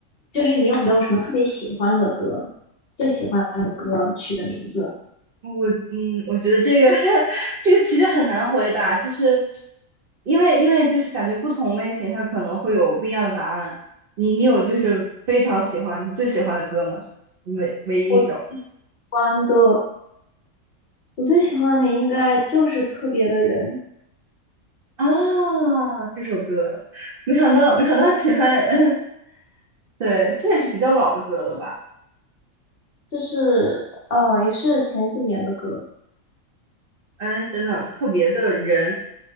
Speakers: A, on the left; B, on the right.
A: 就是你有没有什么特别喜欢的歌？最喜欢的歌曲的名字？
B: 我嗯，我觉得这个 <laughs> 这个其实很难回答，就是因为因为就是感觉不同类型它可能会有不一样的答案。你你有就是非常喜欢你最喜欢的歌吗？
A: 嗯，
B: 就唯唯一一首
A: 我喜欢的，我最喜欢的应该就是《特别的人》，
B: 啊，这首歌，没想到没想到喜欢，
A: 嗯，
B: <laughs> 嗯，对，这也是比较老的歌了吧？
A: 就是呃，也是前几年的歌。
B: 哎，等等，特别的人